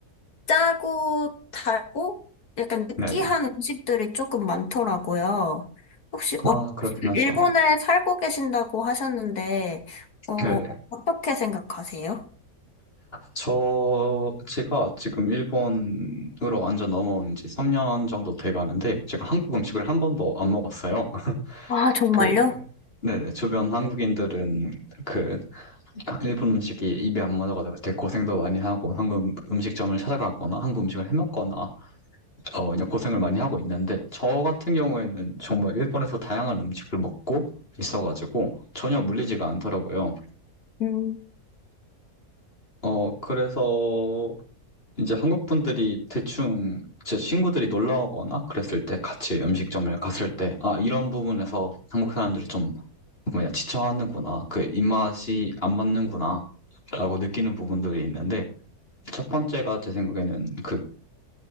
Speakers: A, on the left; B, on the left.
A: 짜고 달고 약간 느끼한
B: 네, 네.
A: 음식들이 조금 많더라고요. 혹시
B: 아,
A: 어,
B: 그렇긴 하죠.
A: 일본에 살고 계신다고 하셨는데, 어,
B: 네, 네.
A: 어떻게 생각하세요?
B: 저, 제가 지금 일본으로 완전 넘어온 지 3년 정도 돼 가는데, 제가 한국 음식을 한 번도 안 먹었어요. <laughs>
A: 아, 정말요?
B: 그, 네, 네. 주변 한국인들은 그, 일본 음식이 입에 안 맞아가지고 되게 고생도 많이 하고, 한국 음식점을 찾아가거나, 한국 음식을 해 먹거나, 어, 그냥 고생을 많이 하고 있는데, 저 같은 경우에는 정말 일본에서 다양한 음식을 먹고 있어가지고, 전혀 물리지가 않더라고요.
A: 음.
B: 어, 그래서 이제 한국 분들이 대충 제 친구들이 놀러 오거나 그랬을 때 같이 음식점을 갔을 때, 아, 이런 부분에서 한국 사람들이 좀 뭐냐, 지쳐하는구나. 그 입맛이 안 맞는구나. 라고 느끼는 부분들이 있는데, 첫 번째가 제 생각에는 그